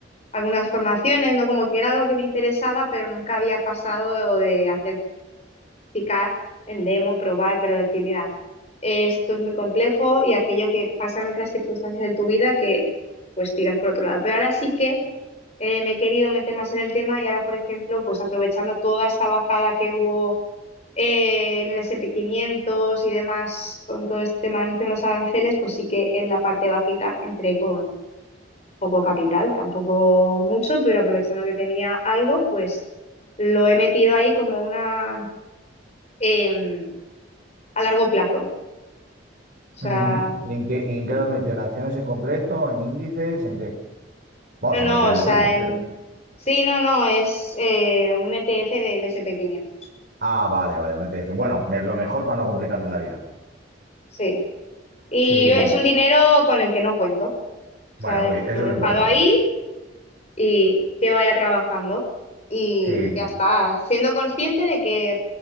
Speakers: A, on the left; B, on the right.
A: algunas formaciones, ¿no? Como que era algo que me interesaba, pero nunca había pasado de hacer picar en demo, probar, pero decir, mira, esto es muy complejo y aquello que pasan otras circunstancias de tu vida que pues tiras por otro lado. Pero ahora sí que eh, me he querido meter más en el tema y ahora, por ejemplo, pues aprovechando toda esta bajada que hubo eh, en el S&P quinientos y demás con todo este tema de anuncio de los aranceles, pues sí que en la parte bajita entré con poco capital, tampoco mucho, pero aprovechando que tenía algo, pues lo he metido ahí como una em, a largo plazo. O sea,
B: Ujú. ¿Y en qué, y en qué
A: como-
B: lo has metido? ¿En acciones en concreto? ¿En índices? ¿En qué? Vamos,
A: no,
B: si
A: no,
B: me lo quieres
A: o sea,
B: decir, me refiero.
A: en- sí, no, no, es eh, un ETF del S&P quinientos
B: Ah, vale, vale, un ETF. Bueno, me- lo mejor para no complicarte la vida.
A: Sí. Y
B: Sí,
A: yo-
B: sí,
A: es
B: sí.
A: un dinero con el que no cuento. O
B: Bueno,
A: sea,
B: muy-
A: yo
B: eso
A: lo he
B: es lo
A: dejado
B: importante.
A: ahí y que vaya trabajando. Y,
B: Sí,
A: y
B: sí.
A: ya está, siendo consciente de que